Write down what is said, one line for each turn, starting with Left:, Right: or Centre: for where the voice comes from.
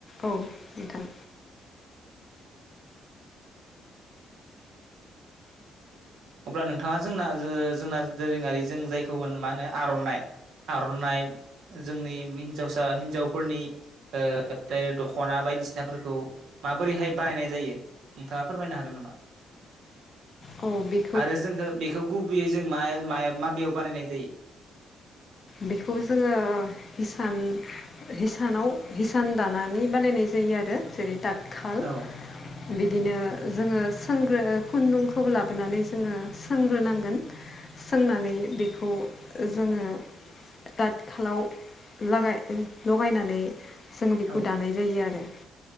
Left: औ नोंथां।
Right: अब्ला नोंथाङा जोंना ओ जोंना दोरोङारि जों जायखौ मा होनो आर'नाइ। आर'नाइ जोंनि हिन्जावसा हिनजावफोरनि ओ दख'ना बायदिसिनाफोरखौ माबोरैहाय बाहायनाय जायो। नोंथाङा फोरमायनो हागोन नामा?
Left: औ बे
Right: आरो जोंनो बेखौ गुबैयै जों मा मा माबेयाव बानायनाय जायो।
Left: बेखौ जोङो हिसान हिसानाव हिसान दानानै बानायनाय जायो आरो जेरै ताथखाल।
Right: औ
Left: बिदिनो जोङो सोंग्रो खुन्दुंखौबो लाबोनानै जोङो सोंग्रोनांगोन। सोंनानै बेखौ जोङो दाथ खालाव लागाय लगायनानै जोङो बेखौ
Right: औ
Left: दानाय जायो आरो।